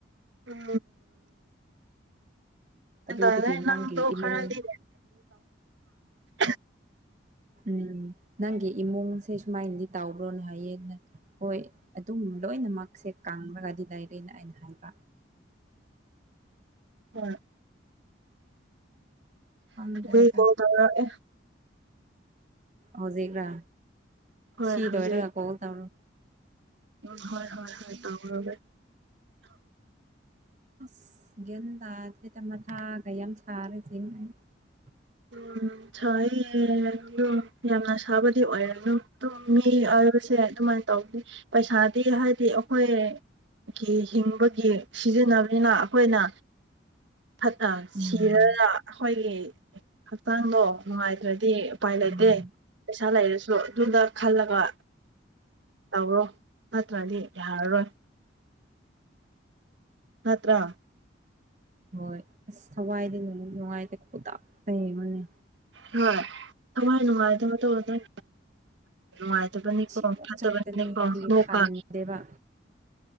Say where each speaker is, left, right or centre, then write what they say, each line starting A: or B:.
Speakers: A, on the right; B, on the right.
A: ꯎꯝ ꯀꯩꯗꯧꯔꯦ
B: ꯑꯗꯨꯗꯒꯤ ꯅꯪꯒꯤ
A: ꯅꯪ ꯇꯣꯛꯈꯔꯗꯤ
B: ꯏꯃꯨꯡ
A: <unintelligible>
B: ꯎꯝ ꯅꯪꯒꯤ ꯏꯃꯨꯡꯁꯦ ꯁꯨꯃꯥꯏꯅꯗꯤ ꯇꯥꯎ ꯔꯣꯟ ꯍꯥꯏꯌꯦꯅ ꯍꯣꯏ ꯑꯗꯨꯝ ꯂꯣꯏꯅꯃꯛ ꯁꯦ ꯀꯡꯔꯒꯗꯤ ꯂꯩꯔꯤꯅ ꯑꯩꯅ ꯍꯥꯏꯕ
A: ꯍꯣꯏ
B: ꯈꯪꯗ꯭ꯔꯦꯗ
A: ꯑꯩ ꯀꯣꯜ ꯇꯧꯔꯛ ꯑꯦ
B: ꯍꯧꯖꯤꯛꯔꯥ
A: ꯍꯣꯏ
B: ꯁꯤꯗꯣꯏꯔꯒ
A: ꯍꯧꯖꯤꯛ
B: ꯀꯣꯜ ꯇꯧꯔꯣ
A: ꯎꯝ ꯍꯣꯏ ꯍꯣꯏ ꯍꯣꯏ ꯇꯧꯔꯒꯦ
B: ꯑꯁ ꯒꯤꯌꯟ ꯇꯗꯦꯗ ꯃꯊꯥꯒ ꯌꯥꯝ ꯁꯥꯔꯦ ꯖꯤꯡ <inaudible>
A: ꯎꯝ ꯁꯏ ꯑꯗꯨ ꯌꯥꯝꯅ ꯁꯥꯕꯗꯤ ꯑꯣꯏꯔꯝꯅꯨ ꯑꯗꯨ ꯃꯤ ꯑꯣꯏꯕꯁꯦ ꯑꯗꯨꯃꯥꯏꯅ ꯇꯧꯕꯗꯤ ꯄꯩꯁꯥꯗꯤ ꯍꯥꯏꯗꯤ ꯑꯩꯈꯣꯏ ꯀꯤ ꯍꯤꯡꯕꯒꯤ ꯁꯤꯖꯤꯟꯅꯕꯅꯤꯅ ꯑꯈꯣꯏꯅ ꯐꯠ ꯑ
B: ꯎꯝ
A: ꯁꯤꯔꯒ ꯑꯈꯣꯏꯒꯤ ꯍꯛꯆꯥꯡꯗꯣ ꯅꯨꯡꯉꯥꯏꯇ꯭ꯔꯗꯤ ꯎꯄꯥꯏ ꯂꯩꯇꯦ
B: ꯎꯝ
A: ꯄꯩꯁ ꯂꯩꯔꯁꯨ ꯑꯗꯨꯅ ꯈꯜꯂꯒ ꯇꯧꯔꯣ ꯅꯠꯇ꯭ꯔꯗꯤ ꯌꯥꯔꯔꯣꯏ ꯅꯠꯇ꯭ꯔꯥ
B: ꯍꯣꯏ ꯑꯁ ꯊꯋꯥꯏꯗꯤ ꯅꯨꯡꯉꯥꯏꯇꯦ ꯈꯨꯇꯥꯛ ꯇ ꯌꯦꯡꯕꯅꯦ
A: ꯍꯣꯏ ꯊꯋꯥꯥꯏ ꯅꯨꯡꯉꯥꯏꯇꯕ ꯇꯧꯔꯔꯣꯢ ꯅꯨꯡꯉꯥꯏꯇꯕꯅꯤꯀꯣ
B: ꯁꯤ
A: ꯐꯠꯇꯕꯅꯤꯅꯀꯣ
B: ꯆꯠꯀꯅꯤꯗꯤ
A: ꯍꯣ
B: ꯈꯟꯗꯦꯕ
A: ꯀ